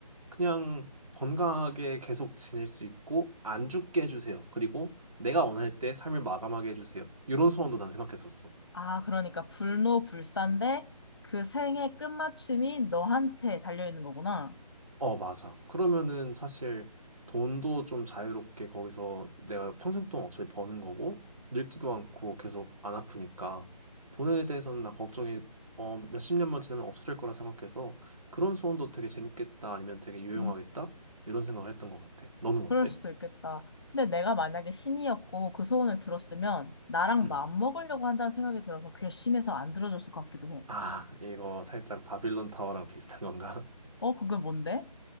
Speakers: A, on the right (about 60°); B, on the left (about 40°).
A: 그냥 건강하게 계속 지낼 수 있고 안 죽게 해주세요. 그리고 내가 원할 때 삶을 마감하게 해주세요. 이런 소원도 난 생각했었어.
B: 아, 그러니까 불노불사인데 그 생의 끝마침이 너한테 달려있는 거구나.
A: 어, 맞아. 그러면은 사실 돈도 좀 자유롭게 거기서 내가 평생 동안 어차피 버는 거고 늙지도 않고 계속 안 아프니까 돈에 대해서는 나 걱정이 어, 몇십 년만 지나면 없어질 거라 생각해서 그런 소원도 되게 재밌겠다 아니면 되게 유용하겠다
B: 음,
A: 이런 생각을 했던 것 같아. 너는 어때?
B: 그럴 수도 있겠다. 근데 내가 만약에 신이었고 그 소원을 들었으면 나랑
A: 응.
B: 맞먹으려고 한다는 생각이 들어서 괘씸해서 안 들어줬을 것 같기도 해.
A: 아, 이거 살짝 바빌론 타워랑 비슷한 건가? <laughs>
B: 어, 그게 뭔데?